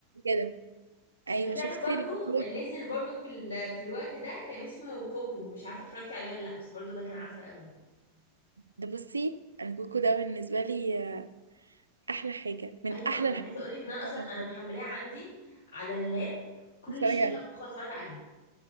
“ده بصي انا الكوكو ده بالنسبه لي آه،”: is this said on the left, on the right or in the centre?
Right